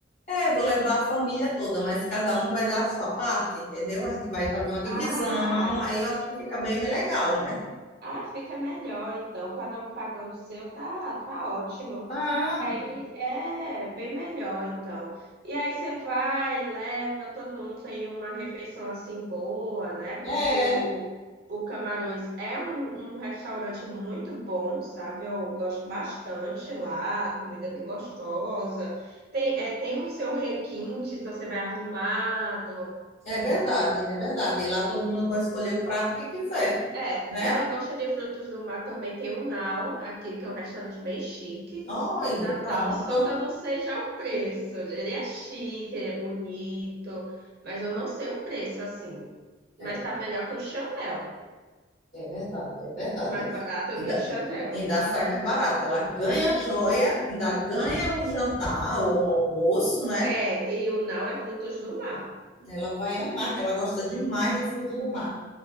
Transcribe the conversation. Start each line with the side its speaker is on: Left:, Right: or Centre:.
Left: É, vou levar a família toda, mas cada um vai dar a sua parte, entendeu? A gente vai fazer uma divisão,
Right: Ah.
Left: aí eu acho que fica bem legal, né?
Right: Ah, fica melhor, então, cada um pagando o seu, tá, tá ótimo.
Left: Ah,
Right: Que aí é bem melhor, então. E aí você vai, leva, todo mundo tem uma refeição assim boa, né? Porque
Left: é.
Right: o, o Camarões é um, um restaurante muito bom, sabe? Eu gosto bastante lá, comida é bem gostosa. Tem, é, tem o seu requinte, então você vai arrumado.
Left: É verdade, é verdade. E lá todo mundo pode escolher o prato que quiser,
Right: É, se
Left: né?
Right: ela gosta de frutos do mar, também tem o Nau, aqui, que é um restaurante bem chique,
Left: Olha,
Right: em Natal,
Left: pronto.
Right: só que eu não sei já o preço. Ele é chique, ele é bonito, mas eu não sei o preço, assim.
Left: É,
Right: Mas tá melhor que o Chanel.
Left: é verdade, é verdade.
Right: É Mais barato
Left: Ainda,
Right: que o Chanel.
Left: ainda sai mais barato. Ela ganha a joia, ainda ganha o jantar ou o almoço, né?
Right: É, e o Nau é frutos do mar.
Left: Ela vai amar, que ela gosta demais de fruto do mar.